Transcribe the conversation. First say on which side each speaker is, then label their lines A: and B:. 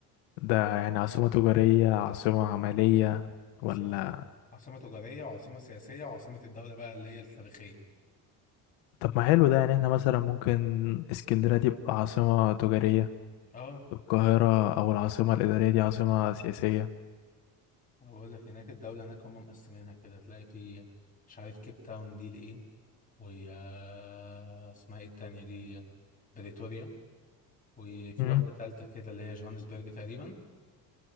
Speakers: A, on the left; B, on the left.
A: ده يعني عاصمة تجارية عاصمة عملية
B: عاصمه
A: ولا
B: تج- عاصمه تجاريه وعاصمه سياسيه وعاصمه الدوله بقى اللي هي التاريخيه
A: طب ما حلو ده يعني احنا مثلا ممكن اسكندرية دي تبقى عاصمة تجارية
B: اه
A: القاهرة أو العاصمة الإدارية دي عاصمة سياسية
B: أنا بقول لك هناك الدوله هناك هم مقسمينها كده تلاقي في مش عارف كيب تاون دي لايه واسمها ايه التانيه دي بريتوريا وفي
A: مم.
B: واحدة تالتة كده اللي هي جوهانسبرج تقريبا